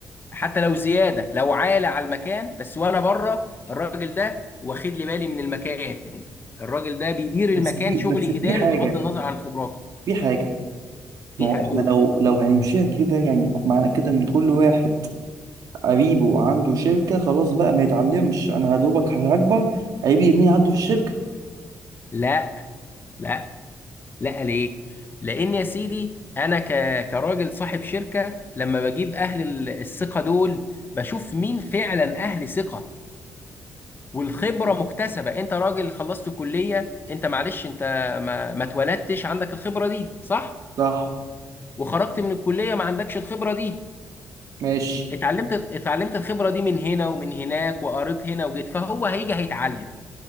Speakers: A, on the left; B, on the right.
A: حتى لو زياده لو عالي على المكان بس وانا بره الراجل ده واخد لي بالي من المكان الراجل ده بيدير المكان
B: بس في
A: شغلي
B: بس في
A: اداري
B: حاجة
A: بغض النظر عن خبراته
B: في حاجة
A: في
B: ما هو
A: حقوق
B: احنا لو لو هنمشيها كده يعني معنى كده ان كل واحد قريبه عنده شركة خلاص بقى ما يتعلمش انا هدوبك هكبر قريبي مين عنده في الشركة
A: لا لا لا ليه؟ لأن يا سيدي أنا ك... كراجل صاحب شركة لما بجيب أهل ال- الثقة دول بشوف مين فعلا أهل ثقة والخبرة مكتسبة أنت راجل خلصت كلية أنت معلش أنت ما, ما اتولدتش عندك الخبرة دي صح؟
B: صح
A: وخرجت من الكلية ما عندكش الخبرة دي
B: ماشي
A: اتعلمت اتعلمت الخبرة دي من هنا ومن هناك وقريت هنا وجيت فهو هيجي هيتعلم